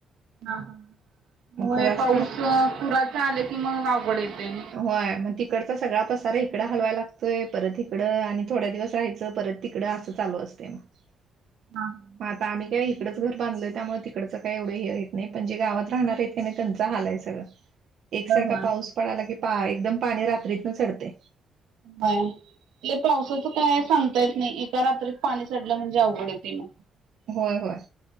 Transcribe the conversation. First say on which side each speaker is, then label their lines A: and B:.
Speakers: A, on the right; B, on the right.
A: ह
B: मग पुराचं
A: ह पाऊस
B: पा
A: पुराच आले की मग आवड येते
B: होय मग तिकड तर सगळ्यापस सारा इकड हलवायला लागतोय परत इकडं आणि थोड्या दिवस राहायं परत तिकडं असं चालू असते मग <unintelligible>
A: हा हां
B: मग आता आम्ही का इकडच घर बांधलो त्यामुळे तिकडचं काय एवढं हे य नाही पण जे गावात राहणार आहेत काी नाही त्यांचा हाल आहे सगळं एकसारखा
A: बरोबर होय
B: पाऊस पडाला की पा एकदम पाणी रात्रीत न चढते
A: बर आप पावसाचं काय सांगता येत नाही एका रात्रीत पाणी चडलं म्हणजे अवघड येते मग
B: होय होय